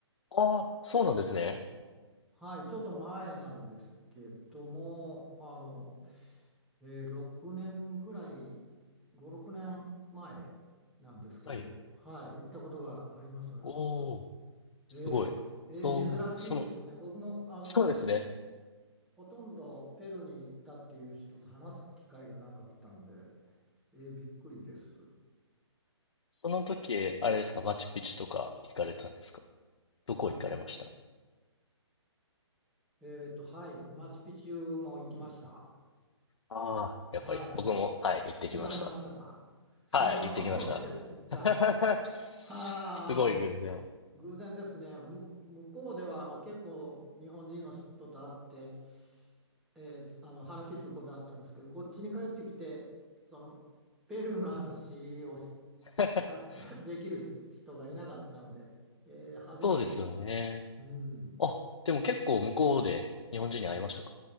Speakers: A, on the left; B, in the centre.
A: ああ、そうなんですね。
B: はい、ちょっと前なんですけども、あの、えー6年ぐらい、5、6年前なんですけど、
A: はい。
B: はい、行ったことがあります、あります。
A: おおすごい。
B: ええええ珍しいですね。
A: そう、その、
B: 僕もあの
A: そうですね。
B: ほとんどペルーに行ったっていう人と話す機会がなかったんで、えーびっくりです。
A: その時、あれですか、マチュピチュとか行かれたんですかどこ行かれました
B: はい。えっと、はい。マチュピチュも行きました。
A: ああ、やっぱり、
B: はい。
A: 僕も、はい、行ってきました。
B: 行かれましたか。そうですか。
A: はい、行ってきました。<laughs> すごい偶然。
B: はあ、偶然ですね。む、向こうではあの結構日本人の人と会って、えーあの話することあったんですけど、こっちに帰ってきて、そのペルーの話をし
A: <laughs>
B: したし <laughs> できる人がいなかったので、えー初めてです。
A: そうですよね。
B: うん、
A: あ、でも結構向こうで日本人に会いましたか